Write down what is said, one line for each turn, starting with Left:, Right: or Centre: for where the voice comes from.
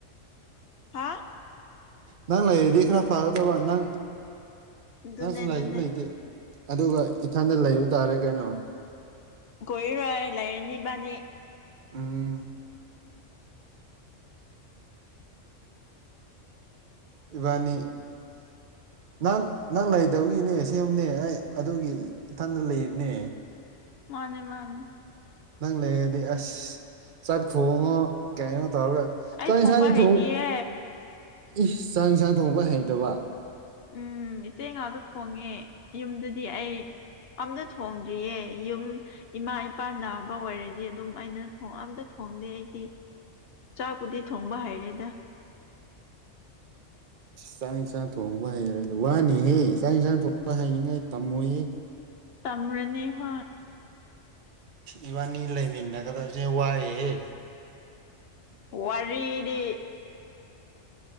Left: ꯍꯥ
Right: ꯅꯪ ꯂꯩꯔꯤꯗꯤ ꯈꯔ ꯐꯒꯗꯕ ꯅꯪ
Left: ꯑꯗꯨꯅꯦ
Right: ꯅꯪꯁꯨ ꯂꯥꯏꯔꯤꯁꯨ
Left: ꯑꯗꯨꯅꯦ
Right: ꯂꯩꯇꯦ ꯑꯗꯨꯒ ꯏꯊꯟꯗ ꯂꯩꯕ ꯇꯥꯔꯦ ꯀꯩꯅꯣ
Left: ꯀꯣꯏꯔꯣꯏ ꯂꯩꯥꯏꯔꯅꯤꯕꯥꯅꯤ
Right: ꯎꯝ ꯏꯕꯥꯅꯤ ꯅꯪ ꯅꯪ ꯂꯩꯗꯕꯒꯤꯅꯦ ꯁꯦꯝꯅꯦ ꯑꯩ ꯑꯗꯨꯒꯤ ꯏꯊꯟꯗ ꯂꯩꯕꯅꯦ
Left: ꯃꯥꯅꯦ ꯃꯥꯅꯦ
Right: ꯅꯪ ꯂꯩꯔꯗꯤ ꯑꯁ ꯆꯥꯛ ꯊꯣꯡꯉꯣ ꯀꯩꯅꯣ ꯇꯧꯔꯒ
Left: ꯑꯩ
Right: ꯆꯥꯛ ꯌꯦꯟꯁꯥꯡꯗꯤ
Left: ꯊꯣꯡꯕ ꯍꯩꯇꯤꯌꯦ
Right: ꯊꯣꯡ ꯏꯁ ꯆꯥꯛ ꯌꯦꯟꯁꯥꯡ ꯊꯣꯡꯕ ꯍꯩꯇꯕ
Left: ꯎꯝ ꯏꯆꯦ ꯉꯥꯛꯇ ꯊꯣꯡꯉꯦ ꯌꯨꯝꯗꯗꯤ ꯑꯩ ꯑꯝꯇ ꯊꯣꯡꯗ꯭ꯔꯤꯌꯦ ꯌꯨꯝ ꯏꯃꯥ ꯏꯄꯥꯥꯟ ꯅꯥꯕ ꯑꯣꯏꯔꯗꯤ ꯑꯗꯨꯝ ꯑꯩꯅ ꯊ ꯑꯝꯇ ꯊ ꯑꯩꯗꯤ ꯆꯥꯛꯄꯨꯗꯤ ꯊꯣꯡꯕ ꯍꯩꯔꯦꯗ
Right: ꯆꯥꯛ ꯌꯦꯟꯁꯥꯡ ꯊꯣꯡꯕ ꯍꯩꯔꯒꯦ ꯋꯥꯅꯤꯍꯦ ꯆꯥꯛ ꯌꯦꯟꯁꯥꯡ ꯊꯣꯡꯕ ꯍꯩꯅꯤꯡꯉꯥꯏ ꯇꯝꯃꯣꯏꯍ
Left: ꯇꯝꯔꯤꯅꯦ ꯍꯣꯏ
Right: ꯏꯕꯥꯅꯤ ꯂꯩꯃꯤꯟꯅꯒꯗꯕꯁꯦ ꯋꯥꯏꯑꯦꯍꯦ
Left: ꯋꯥꯤꯗꯤ